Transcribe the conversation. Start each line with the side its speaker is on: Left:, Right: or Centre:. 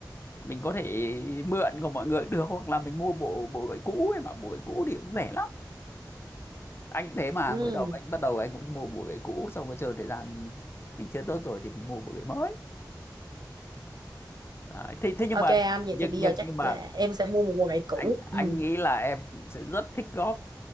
Left: mình có thể mượn của mọi người được hoặc là mình mua bộ bộ gậy cũ ấy mà bộ gậy cũ thì cũng rẻ lắm anh thế mà
Right: ừ
Left: mới đầu anh bắt đầu anh cũng mua bộ gậy cũ xong rồi chơi thời gian mình chơi tốt rồi thì mình mua bộ gậy mới Đấy. Thế, thế nhưng
Right: Ok
Left: mà
Right: anh, vậy
Left: nhưng
Right: thì bây
Left: nhưng
Right: giờ chắc
Left: nhưng mà
Right: là em sẽ mua một quần lại cũ.
Left: anh anh
Right: Ừ.
Left: nghĩ là em sẽ rất thích golf